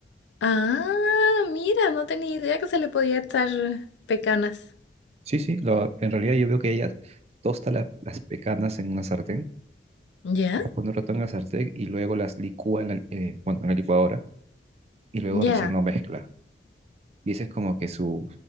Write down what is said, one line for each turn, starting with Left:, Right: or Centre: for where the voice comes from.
Left: Ah, mira, no tenía idea que se le podía echar pecanas.
Right: Sí, sí, lo- en realidad yo veo que ella tosta la- las pecanas en una sartén,
Left: ¿Ya?
Right: las pone un rato en la sartén y luego las licúa en la, eh, bueno, en la licuadora y luego
Left: Ya.
Right: recién lo mezcla. Y ese es como que su,